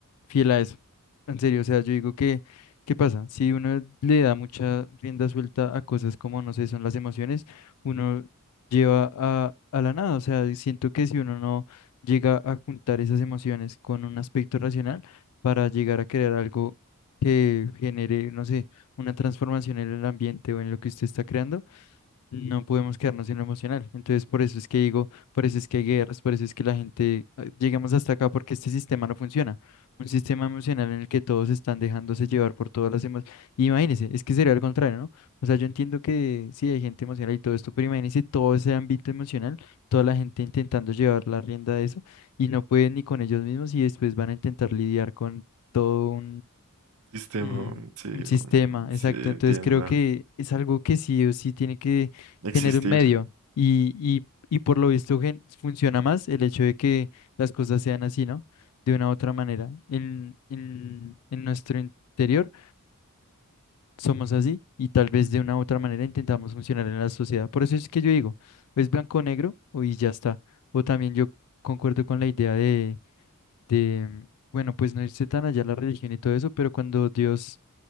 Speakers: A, on the left (about 80°); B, on the right (about 70°).
A: fiel a eso. En serio, o sea, yo digo que, ¿qué pasa? Si uno le da mucha rienda suelta a cosas como, no sé, son las emociones, uno lleva a, a la nada. O sea, siento que si uno no llega a juntar esas emociones con un aspecto racional, para llegar a crear algo que genere, no sé, una transformación en el ambiente o en lo que usted está creando, no podemos quedarnos en lo emocional. Entonces, por eso es que digo, por eso es que hay guerras, por eso es que la gente, eh, llegamos hasta acá porque este sistema no funciona. Un sistema emocional en el que todos están dejándose llevar por todas las emociones. Imagínense, es que sería al contrario, ¿no? O sea, yo entiendo que sí hay gente emocional y todo esto, pero imagínense todo ese ámbito emocional, toda la gente intentando llevar la rienda de eso y no pueden ni con ellos mismos y después van a intentar lidiar con todo
B: Sistema,
A: Mm,
B: mm, sí, mm,
A: un sistema,
B: sí,
A: exacto.
B: entienda.
A: Entonces creo que es algo que sí o sí tiene que
B: Existir,
A: tener un medio y, y, y por lo visto gen- funciona más el hecho de que las cosas sean así, ¿no? De una u otra manera. En, en, en nuestro interior somos así y tal vez de una u otra manera intentamos funcionar en la sociedad. Por eso es que yo digo, o es blanco o negro o y ya está. O también yo concuerdo con la idea de, de, bueno, pues no irse tan allá la religión y todo eso, pero cuando Dios